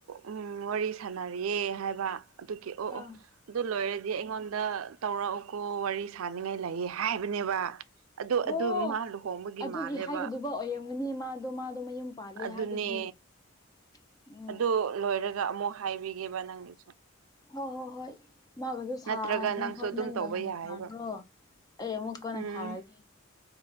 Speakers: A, on the right; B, on the left.
A: ꯎꯝ ꯋꯥꯔꯤ ꯁꯥꯟꯅꯔꯤꯌꯦꯦ ꯍꯥꯏꯕ ꯑꯗꯨꯒꯤ ꯑꯣ
B: ꯑꯥ
A: ꯑꯣ ꯑꯗꯨ ꯂꯣꯏꯔꯗꯤ ꯑꯩꯉꯣꯟꯗ ꯇꯧꯔꯛꯎꯀꯣ ꯋꯥꯔꯤ ꯁꯥꯅꯤꯡꯉꯥꯏ ꯂꯩꯑ ꯍꯥꯏꯕꯅꯦꯕ ꯑꯗꯨ ꯑꯗꯨ
B: ꯑꯣ
A: ꯃꯥ ꯂꯨꯍꯣꯡꯕꯒꯤ
B: ꯑꯗꯨꯒꯤ
A: ꯃꯥꯜꯂꯦꯕ
B: ꯍꯥꯏꯒꯗꯕ ꯑꯣꯏꯔꯝꯒꯅꯤ ꯃꯥꯗꯣ ꯃꯥꯗꯣ ꯃꯌꯨꯝ ꯄꯥꯜꯂꯦ
A: ꯑꯗꯨꯅꯦ
B: ꯍꯥꯏꯕꯒꯤ ꯑꯣ
A: ꯑꯗꯨ ꯂꯣꯏꯔꯒ ꯑꯃꯨꯛ ꯍꯥꯏꯕꯤꯒꯦꯕ ꯅꯪꯒꯤꯁꯨ
B: ꯍꯣꯏ ꯍꯣꯏ ꯍꯣꯏ ꯃꯥꯒꯁꯨ ꯁꯥ
A: ꯅꯠꯇ꯭ꯔꯒ
B: ꯅꯣꯏ
A: ꯅꯪꯁꯨ
B: ꯍꯣꯏ
A: ꯑꯗꯨꯝ
B: ꯅꯪꯒ
A: ꯇꯧꯕ
B: ꯍꯥꯟꯅ
A: ꯌꯥꯏꯑꯕ
B: ꯁꯥꯈ꯭ꯔꯣ ꯑꯩ ꯑꯃꯨꯛꯀꯟꯅ
A: ꯎꯝ
B: ꯁꯥꯔꯒꯦ